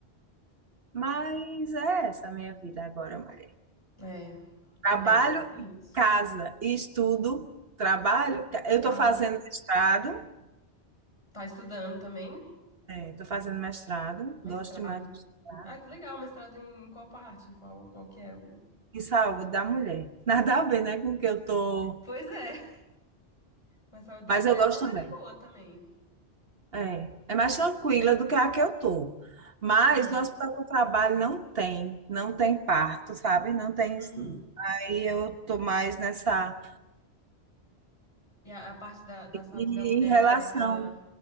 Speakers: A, on the right; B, on the left.
A: mas é essa a minha vida agora, mulher.
B: é,
A: Trabalho,
B: é, tem
A: e
B: isso.
A: casa e estudo, trabalho, ca- eu
B: Casa.
A: estou fazendo mestrado,
B: Tá estudando também?
A: estou fazendo mestrado,
B: Mestrado.
A: gosto demais de estudar.
B: Ah, que legal, mestrado em qual parte? Em qual, qual que é o...
A: Em saúde da mulher. <laughs> Nada a ver, né, com o que eu tô,
B: Pois é, mas a saúde da
A: mas
B: mulher
A: eu gosto
B: é uma área
A: também.
B: boa também.
A: É, é mais tranquila do que a que eu tô. Mas
B: Uhum,
A: no hospital que eu trabalho não tem, não tem parto, sabe? Não tem.
B: uhum.
A: isso. Aí eu tô mais nessa.
B: E a, a parte da, da saúde
A: E
B: da mulher
A: em relação
B: pega,